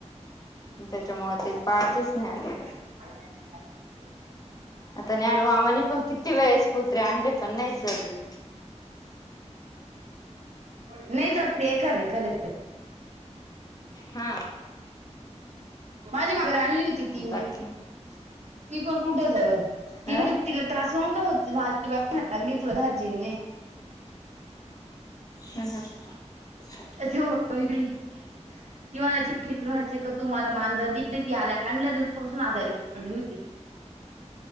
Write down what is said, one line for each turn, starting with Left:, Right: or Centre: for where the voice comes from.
Left: त्याच्यामुळं ते पाळतीच नाही आम्ही
Right: आ <inaudible>
Left: आता न्यानु मामानी पण किती वळेस कुत्रे आणले, पण नाहीच जगले.
Right: नाही जगती एखादं एखाद्याचत
Left: हा
Right: माझ्या मागं राणली ती
Left: बाकी
Right: पण कुठ जगल
Left: अ
Right: ती म्हणजे तिला त्रास नव्हता होत <unintelligible> ती बाई म्हणाय लागली तुला धारजीन नायी
Left: हम् हम
Right: अस वाटून <unintelligible> गेली <unintelligible> म्हणायचे का तू मला मांजर दिली ती आणल्या दिवसापासून आजारी पडली होती.